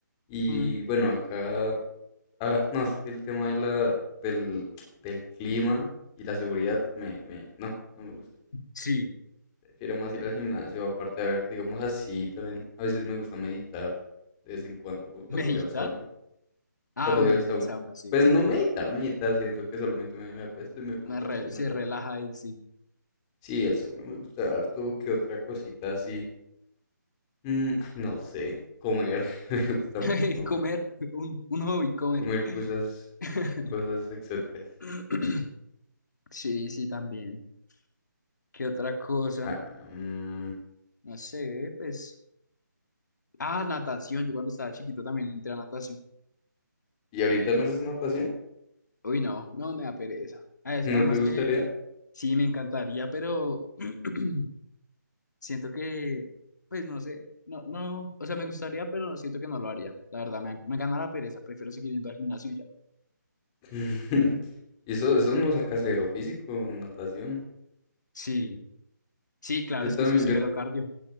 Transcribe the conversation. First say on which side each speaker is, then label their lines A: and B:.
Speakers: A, on the left; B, on the left.
A: Y
B: Mm,
A: bueno, acá, ah, no, es que el tema de la, del, del clima y la seguridad, me, me, no, no me gusta.
B: sí,
A: Prefiero más ir al gimnasio, aparte, a ver, digamos así también. A veces me gusta meditar de vez en cuando,
B: <laughs>
A: cu-
B: ¿meditar?
A: cuando voy al sauna.
B: Ah,
A: Cuando
B: bueno,
A: voy al
B: en
A: sauna.
B: el sauna, sí.
A: Pues no meditar, meditar, siento que solamente me, me acuesto y me pongo
B: Me
A: a pensar
B: re-
A: y
B: se
A: me relajo.
B: relaja ahí, sí.
A: Sí, el sauna me gusta harto, que otra cosita así. Mm, ay, no sé, comer, <laughs> me gusta
B: <laughs>
A: mucho comer.
B: Comer, un, un hobby, comer.
A: Comer cosas,
B: <laughs>
A: cosas exóticas.
B: <clears throat> Sí, sí, también. ¿Qué otra cosa?
A: Ah, mm,
B: No sé, pues. Ah, natación. Yo cuando estaba chiquito también entré a natación.
A: ¿Y ahorita no haces natación?
B: Uy, no, no me da pereza. Ades-
A: <laughs> ¿No
B: Además
A: te gustaría?
B: que sí, me encantaría, pero <clears throat> siento que, pues no sé, no, no, o sea, me gustaría, pero no siento que no lo haría. La verdad, me, me gana la pereza. Prefiero seguir yendo al gimnasio y ya.
A: <laughs> Eso, eso no saca cero físico, natación.
B: Sí, sí, claro,
A: Yo
B: es
A: también,
B: que eso es cero
A: yo,
B: cardio.